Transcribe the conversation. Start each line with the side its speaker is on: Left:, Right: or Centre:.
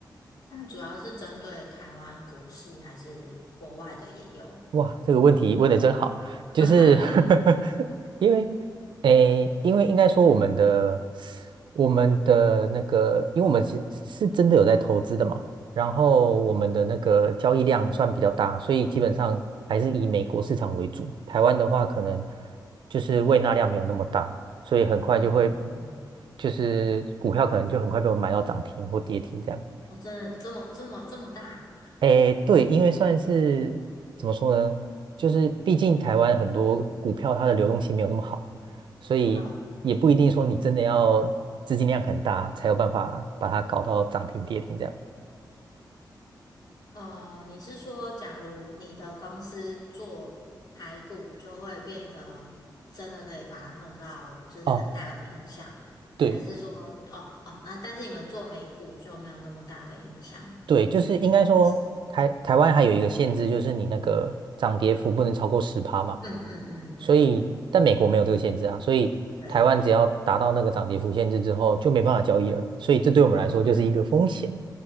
Left: 那主要是针对台湾股市还是国外的也有？
Right: 哇，这个问题问的真好，
Left: <laughs>
Right: 就是
Left: 嗯
Right: <laughs> 因为，诶，因为应该说我们的我们的那个，因为我们是是真的有在投资的嘛，然后我们的那个交易量算比较大，所以基本上还是以美国市场为主。台湾的话，可能就是胃纳量没有那么大，所以很快就会
Left: 嗯嗯嗯，
Right: 就是股票可能就很快被我们买到涨停或跌停这样。
Left: 哦，真的这么这么这么大。
Right: 诶，对，因为算是怎么说呢，就是毕竟台湾很多股票它的流动性没有那么好，所以也不一定说你真的要资金量很大才有办法把它搞到涨停跌停这样。
Left: 懂，呃，你是说，假如你的公司做排骨，就会变得真的可以把它弄到就是很大的影响，
Right: 哦，对
Left: 还是说，哦哦，那但是你们做美股就没有那么大的影响？
Right: 对，就是应该说台台湾还有一个限制，
Left: 还是也是
Right: 就是你那个涨跌幅不能超过十趴嘛。
Left: 嗯嗯嗯嗯，
Right: 所以但美国没有这个限制啊，所以台湾只要达到那个涨跌幅限制之后就没办法交易了，
Left: 对，
Right: 所以这对我们来说就是一个风险，
Left: 嗯，